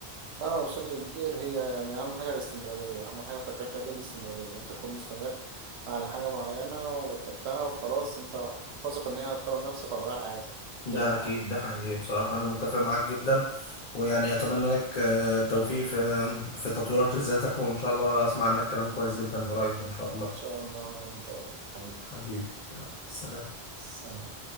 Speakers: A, on the right; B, on the left.
A: فاهمة بشكل كبير هي يعني أهم حاجة الاستمرارية أهم حاجة في الرحلة دي الاستمرارية أنت تكون مستمر على حاجة معينة وبتحبها وخلاص أنت واثق إن هي هتطور نفسك وهتغير حياتك
B: ده
A: دي أهم
B: اكيد
A: حاجة
B: ده حقيقي بصراحه انا متفق معاك جدا ويعني اتمنى لك آه، التوفيق في في تطويرك لذاتك وان شاء الله اسمع عنك كلام كويس جدا قريب ان شاء الله
A: إن شاء الله أنا وأنت يا رب حبيبي
B: حبيبي يلا، سلام
A: سلام